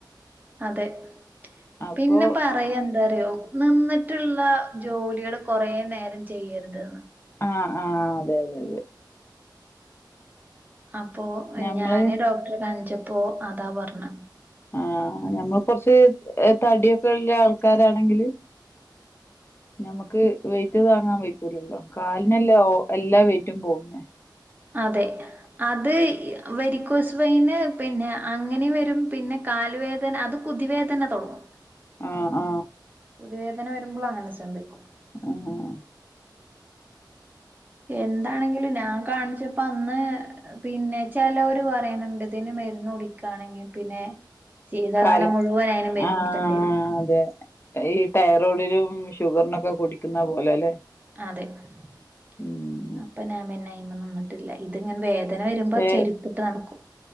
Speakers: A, on the right; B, on the left.
A: അതെ
B: അപ്പൊ
A: പിന്നെ പറയന്തറിയോ നിന്നിട്ട്ള്ള ജോലികള് കൊറേ നേരം ചെയ്യരുത് ന്ന്
B: ആഹ് ആഹ് അതെ അതെ അതെ
A: അപ്പോ
B: ഞമ്മള്
A: ഞാന് ഡോക്ടറെ കണിച്ചപ്പോ അതാ പറഞ്ഞ
B: ആഹ് ഞമ്മള് കുറച്ച് തടിയൊക്കെ ള്ള ആൾക്കാരാണെങ്കില് ഞമ്മക്ക് വെയിറ്റ് താങ്ങാൻ വെയ്ക്കൂലല്ലോ കാലിനല്ലേ എല്ലാ വെയിറ്റും പോകുന്നേ
A: അതെ അത് വെരിക്കോസ് വെയിന് പിന്നെ അങ്ങനേം വരും പിന്നെ കാലുവേദന അത് പൊതുവേ തന്നെ തുടങ്ങും
B: ആഹ്
A: വേദന വരുമ്പോൾ അങ്ങനെ സംഭവിക്കും
B: ആഹ്.
A: എന്താണെങ്കിലും ഞാൻ കാണിച്ചപ്പോ അന്ന് പിന്നെ ചേലോര് പറയണണ്ട് ഇതിന് മരുന്ന് കുടിക്കയാണെങ്കിൽ പിന്നെ ജീവിതകാലം
B: കാല
A: മുഴുവൻ അതിനു മരുന്നു
B: ആ
A: കുടിക്കേണ്ടി വരും.
B: അതെ ഈ തൈറോയ്ഡിലും ഷുഗറിനൊക്കെ കുടിക്കുന്ന പോലെ അല്ലെ.
A: അതെംഅപ്പൊ
B: ഉം
A: ഞാൻ പിന്നെ അയിന് നിന്നിട്ടില്ലേ. ഇതിങ്ങനെ വേദന വരുമ്പോ
B: പക്ഷെ
A: ചെരുപ്പിട്ട് നടക്കും.